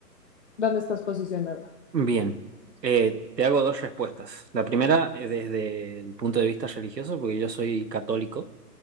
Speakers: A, on the left; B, on the right.
A: dónde estás posicionado?
B: Bien. Eh, te hago dos respuestas. La primera eh, desde el punto de vista religioso, porque yo soy católico.